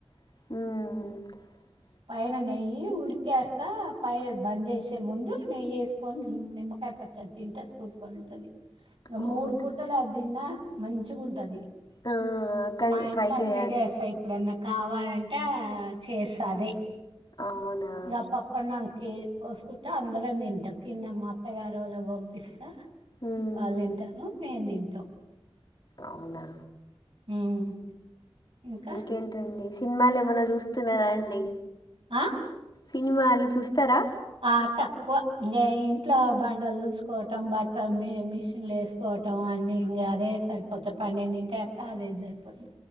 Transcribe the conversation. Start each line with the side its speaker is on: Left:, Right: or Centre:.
Left: ఉమ్
Right: పైన నెయ్యి ఉడికాక పైన బంద్ చేసే ముందు నెయ్యేసుకొని నిమ్మకాయ పచ్చడ తింటే సూపర్ ఉంటది ఇగ
Left: అవునా
Right: మూడు పుటలా అదిన్న మంచిగా ఉంటది
Left: ఆ, కానీ
Right: మా ఇంట్లో
Left: ట్రై
Right: అంతే
Left: చేయాలి
Right: చేస్తా ఎప్పుడన్న కావాలంటే చేస్త అది
Left: అవునా
Right: ఇగ పప్పన్నం కే పోసుకుంటా అందరం తింటాం కింద మా అత్తగారు వాళ్ళకి పంపిస్తా
Left: ఊహూ.
Right: వాళ్ళు తింటారు మేము తింటాం
Left: అవునా
Right: ఉమ్ ఇంకా
Left: ఇంకేంటండి సినిమాలు ఏమన్నా చూస్తున్నార అండి.
Right: ఆ
Left: సినిమాలు చూస్తారా
Right: ఆ తక్కువ ఇంకా ఇంట్లో బండలు దూడుసుకోవటం బట్టలు మిషన్లు వేసుకోవటం అన్ని ఇంగ అదే సరిపోతాంది పన్నెండింటి అకా అదే సరిపోతది